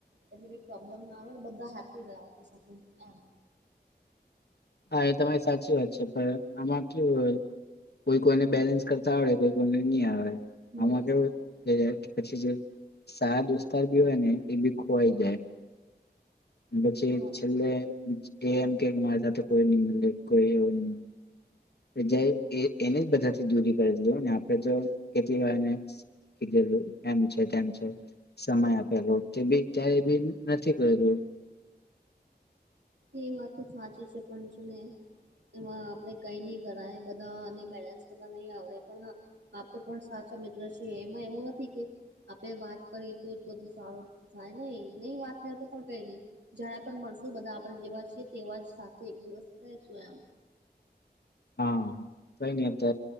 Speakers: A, on the right (about 85°); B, on the left (about 70°).
A: એટલે પ્રોબ્લેમ ના આવે બધા હેપી રહે આપ એમ
B: હા એ તમારી સાચી વાત છે પણ આમાં કેવું હો કોઈ કોઈને બેલેન્સ કરતા આવડે કોઈ કોઈને નહી આવે
A: હમ
B: આમાં કેવું જ પછી જે સારા દોસ્તાર બી હોય ને એ બી ખોવાઈ જાય પછી
A: હા
B: છેલ્લે એ એમ કે મારી સાથે કોઈ નહી મળે કોઈ એવો ન જે એ એને જ બધાથી દૂરી કર દું આપડે તો કેટલી વાર ને જે એમ છે તેમ છે સમય આપેલો બી બી નથી કર્યું
A: એ વાત તો સાચી છે પણ જો ને એમાં આપડે કઈ નહી કરાય બધાને બેલેન્સ કરતા નહી આવડે પણ આપે પણ સાચા મિત્ર છ એમાં એવું નથી કે આપડે વાત કરીએ તો જ બધું સારું થાય નહી નહી વાત થાય તો પણ કઈ નહી જારે પણ મળશું બધા આપણે જેવા છીએ તેવા જ સાથે એક દિવસ રશું એમ
B: હા કઈ નહી અતત